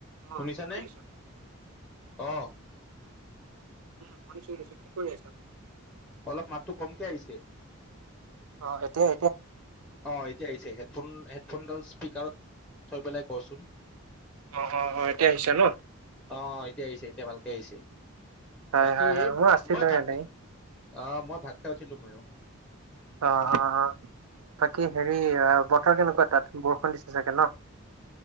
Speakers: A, on the right; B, in the centre.
A: অ
B: শুনিছানে
A: কি কৰি আছ?
B: আহ
A: উম শুনিছো শুনিছো কি কৰি আছ
B: অলপ মাতটো কমকে আহিছে
A: অ এতিয়
B: অ এতিয়া আহিছে হেডফোন হেডফোনডাল স্পীকাৰত থৈ পেলাই কচোন
A: অ অ অ এতিয়া আহিছে ন?
B: অ এতিয়া আহিছে এতিয়া ভাল সছেয়
A: হয়
B: তাকি
A: হয় হয় আছিলো
B: মই ভাতক
A: এনেই
B: অ মই ভাত খাই উঠিলো ময়ো
A: অ অ অ বাকী হেৰি বতৰ কেনেকুৱা তাত বৰষুণ দিছে চাগে ন